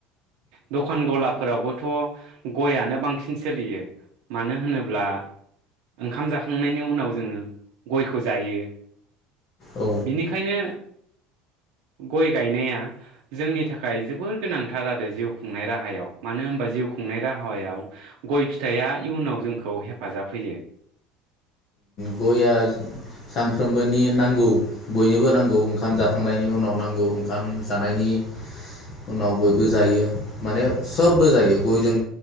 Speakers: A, on the right; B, on the left.
A: दखान गलाफोरावबोथ गययानो बांसिन सोलियो मानो होनोब्ला ओंखाम जाखांनायनि उनाव जोङो गयखौ जायो।
B: औ
A: बिनिखायनो गय गायनाया जोंनि थाखाय जोबोर गोनां थार आरो जिउ खुंनाय राहायाव मानो होनबा जिउ खुंनाय राहायाव गय फिथाइया इयुनाव जोंखौ हेफाजाब होयो।
B: गया सानफ्रोमबोनि नांगौ बयनोबो नांगौ ओंखाम जाखांनायनि उनाव नांगौ ओंखाम जानायनि उनाव बयबो जायो माने सबबो जायो गयजों